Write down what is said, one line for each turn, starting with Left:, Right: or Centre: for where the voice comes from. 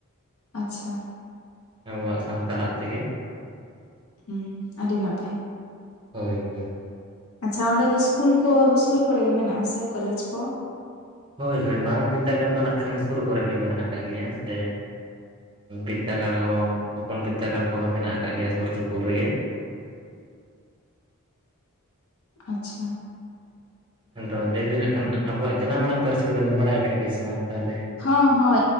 Left: ᱟᱪᱪᱷᱟ
Right: ᱟᱵᱚᱣᱟᱜ ᱥᱟᱱᱛᱟᱲᱟᱜ ᱛᱮᱜᱮ
Left: ᱦᱩᱸ ᱟᱹᱰᱤ ᱱᱟᱯᱟᱭ
Right: ᱦᱳᱭ ᱦᱳᱭ
Left: ᱟᱪᱪᱷᱟ ᱚᱸᱰᱮ ᱫᱚ ᱤᱥᱠᱩᱞ ᱠᱚ ᱥᱩᱨ ᱠᱚᱨᱮ ᱜᱮ ᱢᱮᱱᱟᱜᱼᱟ ᱥᱮ ᱠᱚᱞᱮᱡᱽ ᱠᱚ
Right: ᱦᱳᱭ ᱦᱳᱭ ᱢᱟᱨᱟᱝ ᱵᱤᱨᱫᱟᱹᱜᱟᱲ ᱫᱚ ᱱᱟᱜ ᱠᱷᱟᱱ ᱥᱩᱨ ᱠᱚᱨᱮ ᱜᱮ ᱢᱮᱱᱟᱜ ᱟᱠᱟᱫ ᱜᱮᱭᱟ ᱥᱮ ᱵᱤᱨᱫᱟᱹᱜᱟᱲ ᱦᱚᱸ ᱦᱚᱯᱚᱱ ᱵᱤᱨᱫᱟᱹᱜᱟᱲ ᱠᱚᱦᱚᱸ ᱢᱮᱱᱟᱜ ᱟᱠᱟᱫ ᱜᱮᱭᱟ ᱥᱩᱨ ᱥᱩᱯᱩᱨ ᱨᱮᱜᱮ
Left: ᱟᱪᱪᱷᱟ
Right: ᱟᱫᱚ ᱞᱟᱹᱭᱮᱫᱟᱞᱞᱤᱧ ᱱᱟᱜ ᱠᱷᱟᱱ ᱟᱵᱚᱣᱟᱜ ᱡᱟᱱᱟᱢ ᱟᱲᱟᱝ ᱯᱟᱹᱨᱥᱤ ᱠᱚᱫᱚ ᱵᱤᱱ ᱵᱟᱲᱟᱭ ᱟᱠᱟᱫᱟᱜ ᱜᱮᱭᱟ ᱥᱮ ᱵᱟᱝ ᱜᱮ ᱛᱟᱦᱚᱞᱮ
Left: ᱦᱚᱸ ᱦᱚᱸ